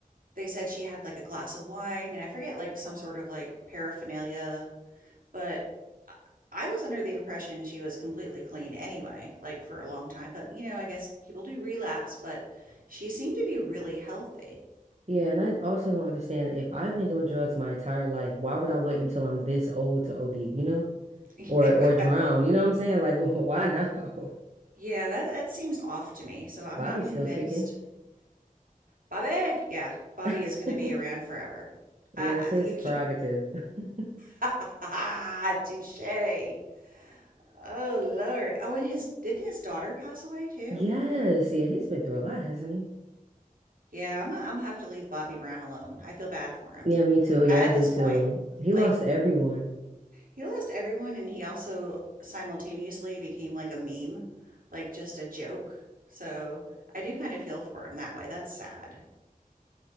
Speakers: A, on the right (about 75°); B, on the right (about 50°).
A: they said she had like a glass of wine and I forget like some sort of like paraphernalia, but I- was under the impression she was completely clean anyway, like for a long time. But you know, I guess people do relapse, but she seemed to be really healthy. <laughs>
B: Yeah, and I also don't understand if I've been doing drugs my entire life, why would I wait until I'm this old to OD, you know?
A: Yeah.
B: Or or drown, you know what I'm saying? Like, <laughs> wh- why now? <laughs>
A: Yeah, that that seems off to me. So I'm
B: Bobby's
A: not convinced.
B: still kicking.
A: Bobby, yeah, Bobby
B: <laughs>
A: is going to be around forever. Uh,
B: Yeah, it's his
A: you
B: prerogative.
A: can't. <laughs>
B: <laughs>
A: Ha ha ha, Touche. Oh Lord. Oh, and his didn't his daughter pass away too?
B: Yes, yeah, he's been through a lot, hasn't he?
A: Yeah, I'm gonna, I'm gonna have to leave Bobby Brown alone. I feel bad for him.
B: Yeah, me too. Yeah,
A: A- At
B: I do
A: this
B: too.
A: point,
B: He
A: like
B: lost everyone.
A: he lost everyone and he also simultaneously became like a meme, like just a joke. So I do kind of feel for him that way. That's sad.